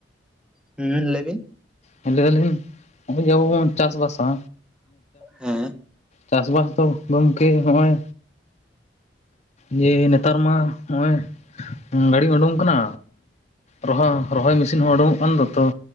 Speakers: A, in the centre; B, on the left (about 40°).
A: ᱦᱮᱸ ᱞᱟᱹᱭ ᱵᱤᱱ᱾
B: ᱦᱮᱸ ᱞᱟᱹᱭ ᱫᱟᱞᱤᱧ ᱱᱚᱜᱼᱚᱭ ᱡᱮ ᱟᱵᱚ ᱵᱚᱱ ᱪᱟᱥᱼᱵᱟᱥᱟ,
A: ᱦᱮᱸ
B: ᱪᱟᱥᱼᱵᱟᱥ ᱫᱚ ᱜᱚᱝᱠᱮ ᱦᱚᱸᱜᱼᱚᱭ, ᱡᱮ ᱱᱮᱛᱟᱨ ᱢᱟ ᱱᱚᱜ-ᱚᱭ ᱜᱟᱹᱰᱤ ᱚᱰᱩᱝ ᱟᱠᱟᱱᱟ᱾ ᱨᱚᱦᱟ, ᱨᱚᱦᱚᱭ ᱢᱮᱥᱤᱱ ᱦᱚᱸ ᱚᱰᱚᱝᱚᱜ ᱠᱟᱱ ᱫᱚᱛᱚ